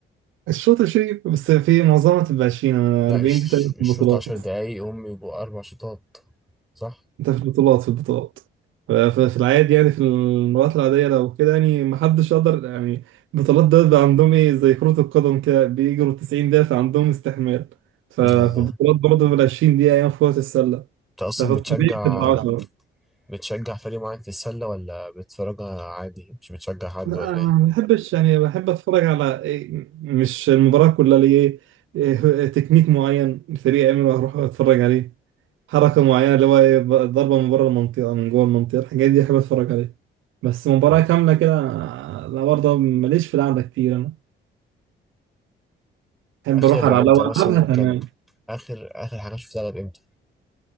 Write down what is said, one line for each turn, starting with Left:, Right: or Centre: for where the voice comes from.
Right: الشوط 20 بس في معظمها تبقى 20 أنا
Centre: لا
Right: 40
Centre: مش
Right: دي تقريبا
Centre: مش
Right: في البطولات
Centre: شوط عشر دقايق هم يبقوا أربع شوطات صح؟
Right: ده في البطولات في البطولات ف- ف- في العادي يعني في المرات العادية لو كده يعني محدش يقدر يعني البطولات ده بيبقى عندهم ايه زي كرة القدم كده بيجروا 90 دقيقة فعندهم استحمال ففي
Centre: آه.
Right: البطولات برضه بال 20 دقيقة أيام في كرة السلة
Centre: انت اصلا
Right: ففي
Centre: بتشجع
Right: الطبيعي بتبقى بتحب 10
Centre: بتشجع فريق معين في السلة ولا بتتفرجها عادي مش بتشجع حد
Right: لا
Centre: ولا
Right: أنا ما
Centre: ايه
Right: بحبش يعني بحب أتفرج على إيه مش المباراة كلها ليه إيه تكنيك معين الفريق يعمله هروح أتفرج عليه حركة معينة اللي هو إيه، ب- ضربة من بره المنطقة من جوه المنطقة الحاجات دي أحب أتفرج عليها بس مباراة
Centre: مم.
Right: كاملة كده لا برضه ماليش في القعدة كتير أنا أحب
Centre: اخر
Right: أروح على
Centre: يعني انت
Right: لو
Centre: مثلا
Right: ألعبها تمام
Centre: كان اخر اخر حاجة شفتها لعب امتى